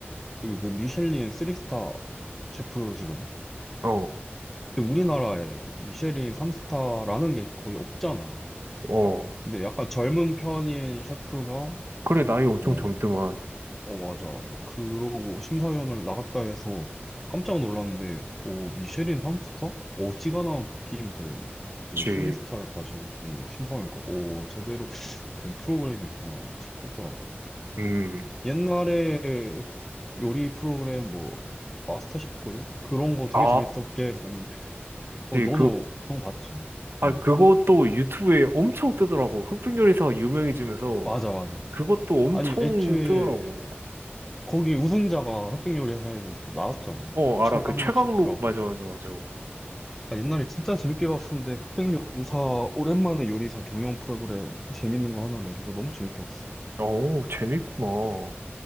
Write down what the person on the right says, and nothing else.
어,
어.
그래, 나이 엄청
젊더만.
지,
음,
아,
지,
그,
아,
그것도 유튜브에 엄청 뜨더라고. 흑백 요리사가 유명해지면서
그것도 엄청
뜨더라고.
어,
알아. 그 최강록,
맞아, 맞아, 맞아.
어, 재밌구나.